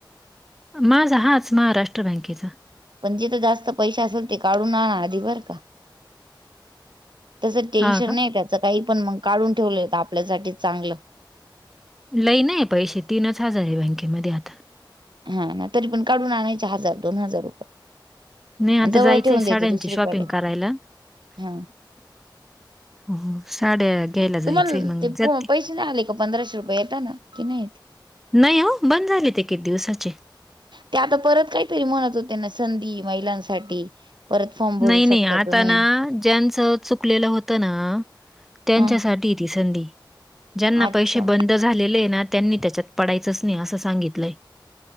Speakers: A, in the centre; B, on the right (about 65°).
A: माझ हाच महाराष्ट्र बँकेचा
B: पण जेथ जास्त पैसे असेल ते काढून आण आधी बर का तसं टेन्शन
A: हां का?
B: नाही त्याचं काही पण मग काढून ठेवलंेत आपल्यासाठी चांगलं
A: लई नाही पैसे तीनच हजार आहे बँकेमध्ये आता
B: हा ना तरी पण काढून आणायचे हजार दोन हजार रुपये
A: नाही आता
B: जवळ
A: जायचंय
B: ठेवून
A: साड्यांची
B: द्यायचे दुसरीकडे
A: शॉपिंग करायला
B: हा
A: हो साड्या घ्यायला जायचंय
B: तुम्हाला
A: मग
B: ते
A: ज
B: पैसे नाही आले का पंधराशे रुपये येता ना की नाही येत
A: नाही हो बंद झाली ते किती दिवसाचे
B: ते आता परत काहीतरी म्हणत होते ना संधी महिलांसाठी परत फॉर्म भरू
A: नाही
B: शकता
A: नाही आता
B: तुम्ही
A: ना ज्यांच चुकलेलं होतं ना त्यांच्यासाठी
B: ह
A: ती संधी ज्यांना
B: अच्छा
A: पैसे बंदच झालेलं आहे ना त्यांनी त्याच्यात पडायचंच नाही असं सांगितलंय